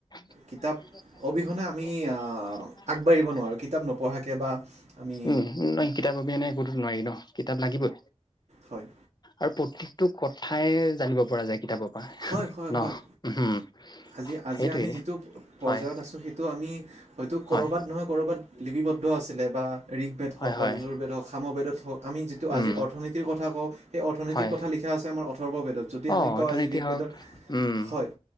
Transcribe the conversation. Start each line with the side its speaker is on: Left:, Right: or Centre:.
Left: <unintelligible>
Right: কিতাপ অবিহনে আমি আগবাঢ়িব নোৱাৰোঁ কিতাপ, নপঢ়াকে বা আমি
Left: উম নহ কিতাপ, অবি এনে একোতো নোৱাৰি ন কিতাপ লাগিবই।
Right: হয়
Left: আৰু প্ৰতিটো কথাই জানিব পৰা যায়। কিতাপৰ পৰা
Right: হয় হয়
Left: ন
Right: হয়
Left: উম
Right: আজি- আজি
Left: সেইটোৱেই
Right: আমি যিটো পৰ্যায়ত
Left: হয়,
Right: আছো সেইটো আমি হয়াত
Left: হয়,
Right: নহয়। লিপিবদ্ধৰ আছিলে বা ঋকবেদ,
Left: হয়,
Right: হওক বা
Left: হয়,
Right: যুজুৰ বেদ, হওক সামবেদত, হওক আমি
Left: উম,
Right: আজি অৰ্থনীতি কথা কওঁ সেই অৰ্থনীতিৰ
Left: হয়।
Right: কথা লিখা আছে আমাৰ অথৰ্ববেদত যদি
Left: অ',
Right: আমি কওঁ
Left: অৰ্থনীতি
Right: আজি ঋক
Left: হওঁক,
Right: বেদত
Left: উম,
Right: হয়,